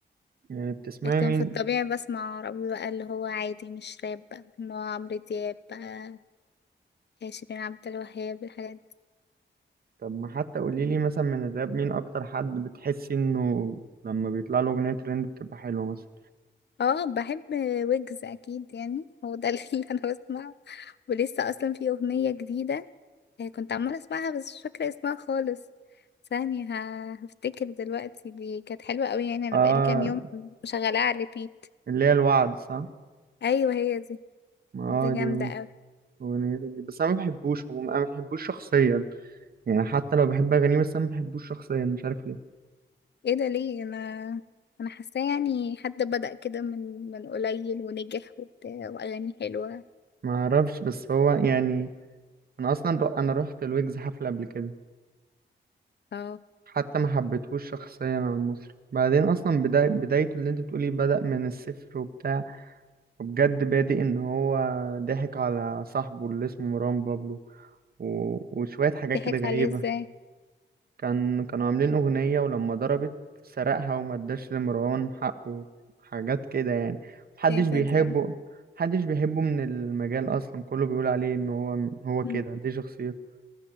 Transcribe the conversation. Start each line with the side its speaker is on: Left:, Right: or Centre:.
Right: يعني بتسمعي
Left: لكن
Right: مين
Left: في الطبيعي بسمع عربي بقى اللي هو عادي مش راب بقى اللي هو عمرو دياب بقى شيرين عبد الوهاب الحاجات دي
Right: طب ما حتى قولي لي مثلا من الراب مين اكتر حد بتحسي انه لما بيطلع له اغنيه ترند بتبقى حلوه مثلا
Left: اه بحب ويجز اكيد يعني هو ده <laughs> اللي انا بسمعه ولسه اصلا في اغنيه جديده آه، كنت عمالة اسمعها بس مش فاكرة اسمها خالص ثانية ه- هفتكر دلوقتي دي كانت حلوة قوي يعني انا
Right: اه
Left: بقالي كام يوم مشغلاها على ريبيت
Right: اللي هي الوعد صح
Left: ايوه هي دي
Right: ما اه
Left: دي جامدة
Right: دي
Left: قوي
Right: اغنيته دي بس انا ما بحبوش عموما انا ما بحبوش شخصيا يعني حتى لو بحب اغانيه بس انا ما بحبوش شخصيا مش عارف ليه
Left: ايه ده ليه انا انا حاساه يعني حد بدأ كده من من قليل ونجح وبتاع واغاني حلوة
Right: ما اعرفش بس هو يعني انا اصلا رو... انا رحت الويجز حفله قبل كده
Left: اه
Right: حتى ما حبيتهوش شخصيا عن مصر بعدين اصلا بداي... بدايته اللي انت بتقولي بدأ من الصفر وبتاع وبجد بادئ ان هو ضحك على صاحبه اللي اسمه مروان بابلو و... وشويه حاجات
Left: ضحك
Right: كده غريبه
Left: عليه ازاي
Right: كان كانوا عاملين اغنيه ولما ضربت سرقها وما اداش لمروان حقه حاجات كده يعني محدش
Left: ايه
Right: بيحبه
Left: ده ده
Right: محدش بيحبه من المجال اصلا كله بيقول عليه ان هو هو كده
Left: مم.
Right: دي شخصيته